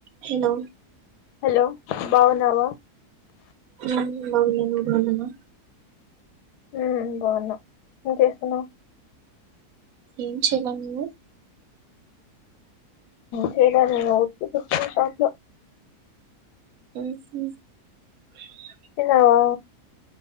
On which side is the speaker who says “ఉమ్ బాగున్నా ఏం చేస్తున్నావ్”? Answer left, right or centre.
Left